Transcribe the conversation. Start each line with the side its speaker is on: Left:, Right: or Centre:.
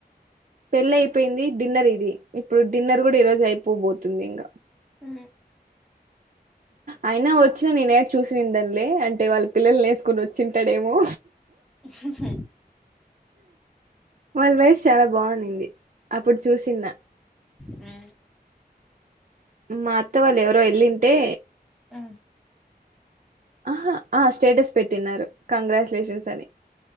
Right: పెళ్లి అయిపోయింది డిన్నర్ ఇది ఇప్పుడు డిన్నర్ గుడా ఈ రోజు అయిపోబోతుంది ఇంగ
Centre: ఆ
Right: అయినా వచ్చిన నేన్ యాడ చూసిడాన్ లే అంటే వాళ్ళ పిల్లలు నేసుకోని వచ్చింటాడేమో
Centre: హ్హ్హ్
Right: వాళ్ళ వైఫ్ చాలా బావునింది అప్పుడు చూసిన్న
Centre: ఆ
Right: మాఅత్త వాళ్ళు ఎవరో యేళ్ళింటే
Centre: ఆ
Right: ఆహా ఆ స్టేటస్ పెట్టిన్నారు కంగ్రాచ్యులేషన్స్ అని